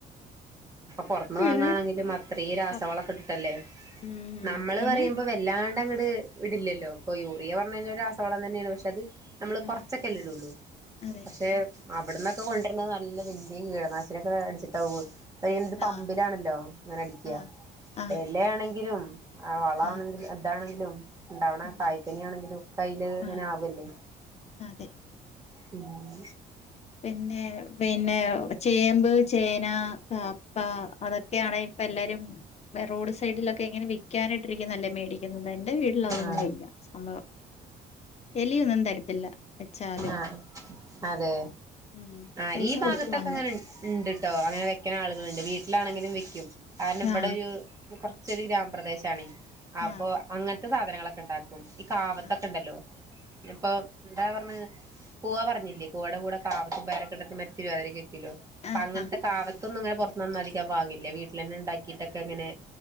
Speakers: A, on the right; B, on the left.
A: പുറത്തുനിന്നും
B: പിന്നെ
A: വാങ്ങണെങ്കിലും അത്ര
B: ക
A: ട്ടല്ലേ
B: ഉം
A: നമ്മള്
B: പിന്നെ
A: പറയ മോ വല്ലാ വല്ലാണ്ടഅങ്ങട് ഇടില്ലല്ലോ പ്പൊ യൂറിയ പറഞ്ഞകയ്ഞ്ഞ ഒരു ആസവളം തന്നെയാണ് പക്ഷെ അത് നമ്മള് കൊറച്ചൊക്കെല്ലേ
B: ആഹ്
A: ഇടള്ളൂ
B: അതെ
A: പക്ഷെ അവിടന്നൊക്കെ കൊണ്ടു നല്ല വല്യ കീടനാശിനൊ ഒക്കെ അടിച്ചിട്ടാ അയെന്ദ് പമ്പിലാണല്ലോ
B: ആഹ്
A: ഇങ്ങനെ അടിക്ക
B: ആഹ് ആഹ്
A: എല്യാണ് എങ്കിലും ആ വളാണെങ്കില്
B: ആഹ്
A: അതാണെ ലം ണ്ടാവണ
B: ആഹ്
A: കായ്ക്കന്യാണെങ്കിലൊക്കയ്ല് ഇങ്ങനെ
B: ആഹ്
A: ആവല്ലേ
B: അതെ
A: ഉം
B: പിന്നെ പിന്നെ ചേമ്പ് ചേന പപ്പ അതൊക്കെയാണ് ഇപ്പ എല്ലാരും റോഡ് സൈഡിലൊക്കെ ഇങ്ങനെ വിക്കാനിട്ടിരിക്കുന്നല്ലേ മേടിക്കുന്നത് ന്റെ വീട്ടിലതൊന്നുല്ല
A: ആഹ്
B: സംഭവം എലിയൊന്നും തരത്തില്ല വെച്ചാലും
A: ആ അതെ
B: ഉം
A: ആ
B: പൈസ
A: ഈ ഭാഗത്തൊക്കെങ്ങനെ
B: കൊടുത്ത് വാങ്ങും
A: ണ്ട്ട്ടോ അങ്ങനെ വെക്കണ ആളുകളുണ്ട് വീ ലാണെങ്കിലും വെക്കും കാരണം ഇവിടെ
B: ആഹ്
A: ഒരു കൊർ ച്ചൊരു ഗ്രാമപ്രദേശാണ്. അപ്പൊ
B: ആഹ്
A: അങ്ങനെ സാധനങ്ങളക്കെണ്ടാ ക്കും ഈ കാവത്തൊക്കെ
B: ആഹ്
A: ഉണ്ടല്ലോ ഇപ്പൊ എന്താ പറഞ്ഞ പൂവ പറഞ്ഞില്ലേ പൂവാടെ കൂടെ കാവ പാരക്കട്ടത്ത് മറ്റ് <unintelligible> ത്തിലോ
B: ആഹ്
A: അങ്ങനത്തെ
B: ആഹ് ആഹ്
A: കാവത്ത് ന്നങ്ങന പുറത്തുനിന്നൊന്നതികം വീട്ടിൽന്നെ ഉണ്ടാക്കിട്ടൊക്കെങ്ങനെ